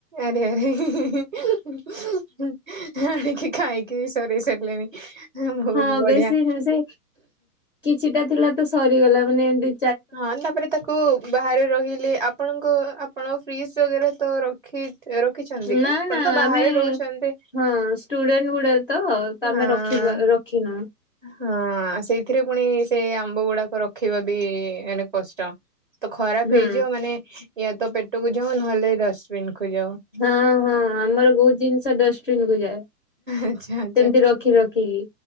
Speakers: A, on the right; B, on the left.
A: ଆରେ ଆରେ <unintelligible> ଆଣିକିି ଖାାଇକି ସରେଇ ସାରିଲେଣି। ବହୁତ
B: ହଁ,
A: ବଢିଆ।
B: ବେଶୀ ସେ କିଛିଟା ଥିଲା ତ, ସରିଗଲା ମାନେ ଏଁତି
A: ହଁ, ତା'ପରେ ତାକୁ ବାହାରେ ରହିଲେ। ଆପଣଙ୍କ ଆପଣ ଫ୍ରିଜ୍ ବଗେରା ତ ରଖି ରଖିଛନ୍ତି କି
B: ନାଁ,
A: ଆପଣ
B: ନାଁ,
A: ତ ବାହାରେ
B: ଆମେ
A: ରହୁଛନ୍ତି।
B: ହଁ, ଷ୍ଟୁଡେଣ୍ଟ ଗୁଡ଼ା ତ, ତ
A: ହଁ
B: ଆମେ ରଖି ପା ରଖ୍ ଖିନୁ।
A: ହଁ, ସେଇଥିରେ ପୁଣି ସେଇ ଆମ୍ବ ଗୁଡ଼ାକ ରଖିବା ବି, ଏଇନେ କଷ୍ଟ। ତ ଖରାପ
B: ହୁଁ
A: ହେଇଯିବ ମାନେ, ୟା ତ ପେଟକୁ ଯାଉ, ନହେଲେ ଡଷ୍ଟବିନକୁ ଯାଉ।
B: ହଁ, ହଁ, ଆମର ବହୁତ ଜିନିଷ ଡଷ୍ଟବିିନ୍ କୁ ଯାଏ।
A: ଆଚ୍ଛା ଆଚ୍ଛା।
B: ସେମିତି ରଖି ରଖିକି।